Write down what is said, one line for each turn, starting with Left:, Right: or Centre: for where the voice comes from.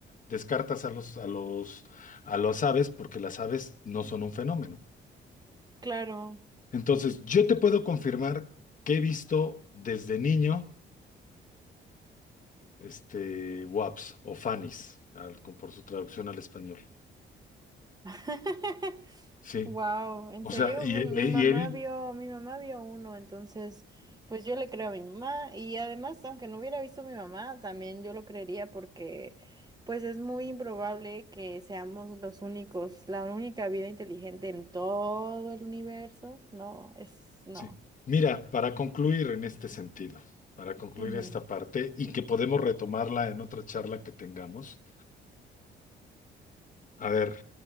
Left: descartas a los, a los, a las aves porque las aves no son un fenómeno.
Right: Claro.
Left: Entonces yo te puedo confirmar que he visto desde niño, este, waps o fanis, al- con- por su traducción al español,
Right: <laughs>
Left: ¿sí?
Right: Wow, ¿en
Left: O
Right: serio?
Left: sea, y,
Right: Mi,
Left: y-
Right: mi mamá
Left: y he visto...
Right: vio, mi mamá vio uno, entonces, pues yo le creo a mi mamá y además, aunque no hubiera visto a mi mamá, también yo lo creería porque, pues es muy improbable que seamos los únicos, la única vida inteligente en todo el universo. No, es, no,
Left: Sí. Mira, para concluir en este sentido, para concluir
Right: ujú,
Left: esta parte y que podemos retomarla en otra charla que tengamos. A ver,